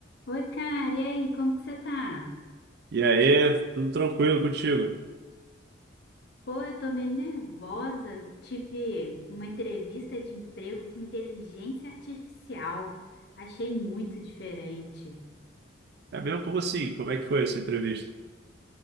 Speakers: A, on the left (about 55°); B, on the right (about 55°).
A: Oi, cara, e aí, como que você tá?
B: E aí, tudo tranquilo contigo?
A: Pô, eu tô meio nervosa. Tive uma entrevista de emprego com inteligência artificial. Achei muito diferente.
B: É mesmo? Como assim? Como é que foi essa entrevista?